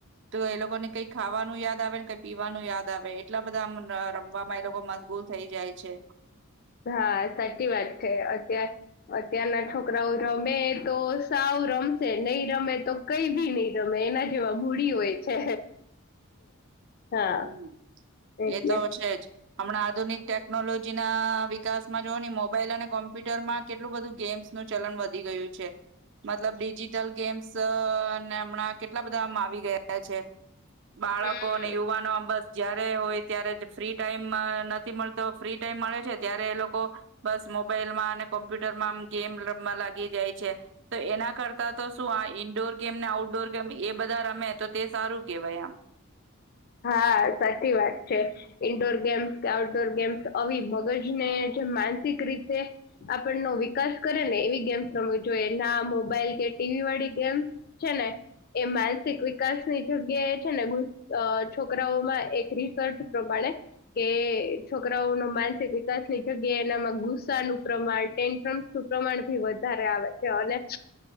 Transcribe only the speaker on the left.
હા સાચી વાત છે અતાર અત્યારના છોકરાઓ રમે તો સાવ રમશે નહી રમે તો કઈ ભી નહી રમે એના જેવા મૂડી હોય છે હા
એટલે
હમ
હા સાચી વાત છે ઈન્ડોર ગેમ્સ કે આઉટડોર ગેમ્સ આવી મગજને જે માનસિક રીતે આપણનો વિકાસ કરે ને એવી ગેમ્સ રમવુ જોઈએ ના મોબાઈલ કે ટીવી વાળી ગેમ્સ છે ને એ માનસિક વિકાસની જગ્યાએ છે ને છોકરાઓમાં એક રિસર્ચ પ્રમાણે કે છોકરાઓનો માનસિક વિકાસની જગ્યા એનામાં ગુસ્સાનું પ્રમાણ ટેન્ટ્રન્સ નું પ્રમાણ ભી વધારે આવે છે અને